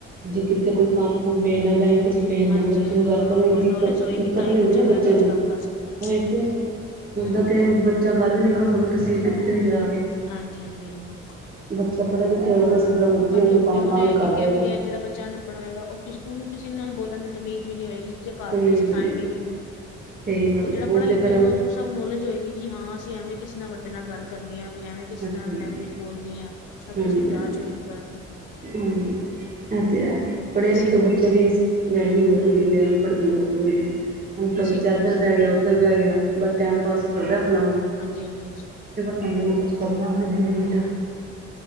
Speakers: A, on the right; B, on the left.
A: ਜੇ ਕਿੱਥੇ ਕੋਈ ਕੰਮ ਕੁਮ ਭੇਜਨਾ, ਬੈੱਕ ਚ ਭੇਜਨਾ
B: ਹਾਂਜੀ-ਹਾਂਜੀ
A: ਬੱਚੇ ਨੂੰ ਗੱਲ
B: ਹਾਂ
A: ਕਰਨ
B: ਕੋਈ
A: ਚ ਦਿਕਤ,
B: ਨੌਲੇਜ ਹੋਏਗੀ
A: ਦਿਕਤ
B: ਤਾਂ
A: <unintelligible>
B: ਹੀ
A: ਹੁੰਦੀ
B: ਬੱਚਾ
A: ਨਾ ਬੱਚੇ
B: ਬੈਂਕ
A: ਨੂੰ
B: ਚ ਕੰਮ ਕਰ ਸਕਦਾ।
A: ਹ ਤੇ ਹੁੰਦਾ
B: ਹੂੰ,
A: ਤੇ ਚਾ ਗੱਲ ਵੀ ਨਹੀਂ ਕਰ ਸਕਦੇ। ਤੁਸੀਂ ਕਿੱਥੇ ਵੀ ਜਾ ਕੇ
B: ਹਾਂਜੀ-ਹਾਂਜੀ-ਹਾਂਜੀ,
A: ਬੱਚਾ ਪੜ੍ਹਿਆ ਲਿਖਿਆ ਹੋਵੇ ਤੇ ਅਸੀਂ ਜਿਹੜਾ ਮਰਜ਼ੀ
B: ਓਨੇ
A: ਉਹਨੂੰ ਕੰਮ ਕਹਾਂਗੇ
B: ਓਨੇ ਇਹ
A: ਕਰ
B: ਕਿ
A: ਦੇਗਾ
B: <unintelligible> ਹਿ ਵੀ ਹੈ ਜਿਹੜਾ ਚੰਨ ਬੜਾ ਹੋਏਗਾ, ਉਹ ਕਿਸੇ ਓਨੂੰ ਕਿਸੇ ਨਾਲ ਬੋਲਣ ਦੀ ਤਮੀਜ਼ ਵੀ ਨੀ ਹੋਏਗੀ ਜੇ ਘਰ
A: ਤਮੀਜ਼
B: ਦੇ ਕੋਈ ਸਿਖਾਏਗੇ
A: ਵੀ ਨਹੀਂ
B: ਨੀ ਓਨੂੰ।
A: ਸਹੀ ਗੱਲ
B: ਤੇ, ਜਿਹੜਾ
A: ਹੈ ਉਹ
B: ਪੜ੍ਹਿਆ ਲਿਖਿਆ
A: ਫਿਰ
B: ਹੋਏਗਾ
A: ਹਾਂਜੀ
B: ਓਨੂੰ ਸਭ ਨੌਲੇਜ ਹੋਏਗੀ ਕਿ ਹਾਂ, ਅਸੀਂ ਐਵੇਂ ਕਿਸੇ ਨਾਲ ਵੱਡੇ ਨਾਲ ਗੱਲ ਕਰਨੀ ਐ, ਵੀ ਐਵੇਂ ਕਿਸੇ
A: ਹਾਂਜੀ
B: ਨਾਲ ਲੈਂਗੁਏਜ ਬੋਲਣੀ ਐ। ਸਭ
A: ਹਾਂਜੀ
B: ਕਿਸ ਨੂੰ ਜਾਚ
A: ਹਾਂਜੀ
B: ਹੋਏਗੀ ਕਰਨ ਦੀ ਵੀ
A: ਹਾਂਜੀ ਐ ਤੇ ਹੈ, ਪੜ੍ਹੇ
B: ਇਸ
A: ਲਿਖੇ ਬੱਚੇ ਵੀ <unintelligible> ਲੀ ਹੋਰ ਹੁੰਦੀ ਤੇ ਅਨਪੜ੍ਹ ਦੀ ਹੁੰਦੀ ਹੈ ਹੁਨ
B: ਇਸ
A: ਤੇ ਬੱਚਾ ਏਧਰ ਬਹਿ ਗਿਆ ਉੱਧਰ ਬਹਿ ਗਿਆ ਬਸ ਟੈਮ ਪਾਸ ਹੀ ਕਰਦਾ ਅਪਣਾ ਓ
B: <unintelligible> ਹਾਜੀਸ
A: ਕਦੇ ਮੈਂ ਕੁਛ ਕਰਨਾ ਅਪਨੀ ਜ਼ਿੰਦਗੀ ਚ